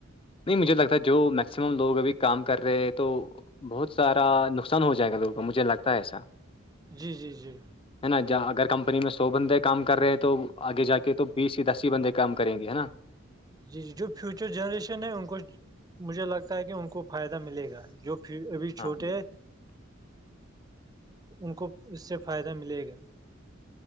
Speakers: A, on the left; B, on the right.
A: نہیں مجھے لگتا جو میکسیمم لوگ ابھی کام کر رہے ہیں تو بہت سارا نقصان ہو جائے گا لوگ وہ مجھے لگتا ہے ایسا
B: جی جی جی
A: ہے نا اگر کمپنی میں سو بندے کام کر رہے ہیں تو آگے جا کے تو بیس یا دس ہی بندے کام کریں گے ہے نا
B: جی جی جو فیوچر جنریشن ہے ان کو مجھے لگتا ہے کہ ان کو فائدہ ملے گا جو ابھی
A: ہاں
B: چھوٹے
A: بالکل
B: ان کو اس سے فائدہ ملے گا